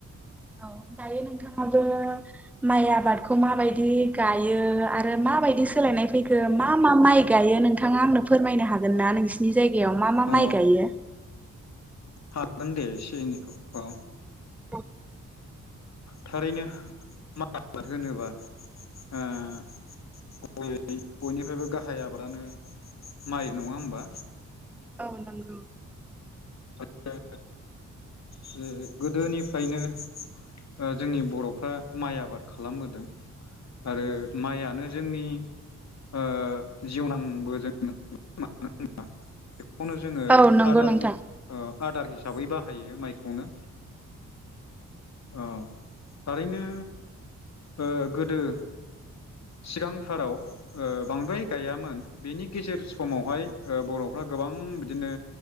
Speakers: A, in the centre; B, on the left.
A: औ दायो नोंथाङाबो माइ आबादखौ माबायदि गायो आरो माबायदि सोलायनाय फैखो मा मा माइ गायो नोंथाङा आंनो फोरमायनो हागोन ना नोंसिनि जायगायाव मा मा
B: अ
A: माइ गायो?
B: हागोन दे एसे एनैखौ औ
A: <unintelligible>
B: थारैनो माइ आबाद होनोबा ओ बयनिफ्रायबो गाहाय आबादानो माइ नङा होमबा?
A: नोंगौ
B: जे गो गोदोनिफ्रायनो ओ जोंनि बर'फ्रा माइ आबाद खालामबोदों आरो माइयानो जोंनि ओ जिउनांबो <unintelligible> जों न मानो होनबा बेखौनो जोङो
A: औ नंगौ
B: आदार
A: नोंथां
B: हो ओ आदार हिसाबै बाहायो माइखौनो औ थारैनो ओ गोदो सिगांथाराव ओ बांद्राय गायामोन बेनि गेजेर समावहाय ओ बर'फ्रा गोबां बिदिनो